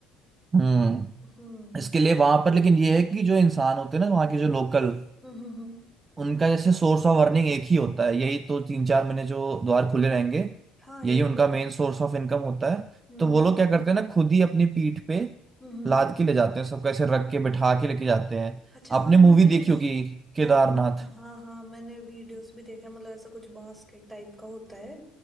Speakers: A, on the right; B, in the centre.
A: हम्म
B: हम्म
A: इसके लिए वहां पर लेकिन ये है कि जो इंसान होते हैं ना वहाँ के जो लोकल
B: हम्म हम्म हम्म।
A: उनका जैसे सोर्स ऑफ अर्निंग एक ही होता है यही तो तीन चार महीने जो द्वार खुले रहेंगे
B: हाँ
A: यही
B: ये
A: उनका
B: तो
A: मेन
B: है
A: सोर्स ऑफ इनकम होता है
B: हम्म
A: तो
B: हम्म
A: वो लोग क्या करते हैं ना खुद ही अपनी पीठ पे
B: हम्म। हम्म।
A: लाद के ले जाते हैं सबको ऐसे रख के बिठा के लेके जाते हैं
B: अच्छा हाँ
A: आपने
B: मैंने
A: मूवी देखी
B: कुछ
A: होगी केदारनाथ
B: हाँ हाँ हाँ मैंने वीडियोस भी देखा है मतलब ऐसा कुछ बास्केट टाइप का होता है